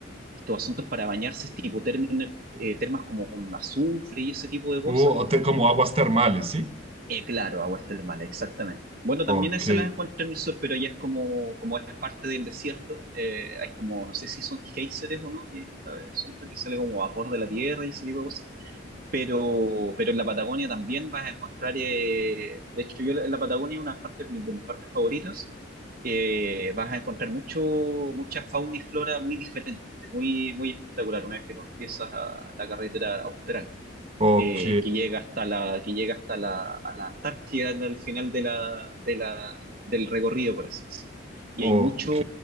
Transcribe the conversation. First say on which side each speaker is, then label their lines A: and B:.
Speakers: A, on the right; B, on the right.
A: estos asuntos para bañarse, tipo term- eh, termas como con azufre y ese tipo de cosas.
B: Uh, o te- como aguas termales, ¿sí?
A: Eh, claro, aguas termales, exactamente. Bueno, también
B: Ok,
A: esas las encuentro en el sur, pero ya es como, como es parte del desierto. eh, hay como, no sé si son geysers o no, que esta vez son que sale como vapor de la tierra y ese tipo de cosas pero, pero en la Patagonia también vas a encontrar, eh, de hecho yo en la Patagonia una parte de mis de mis partes favoritas, eh, vas a encontrar mucho, mucha fauna y flora muy diferente, muy, muy espectacular una vez que tú empiezas a la carretera austral,
B: ok,
A: eh, que llega hasta la, que llega hasta la, a la Antártida al final de la, de la, del recorrido, por así decirlo.
B: ok.
A: Y hay mucho,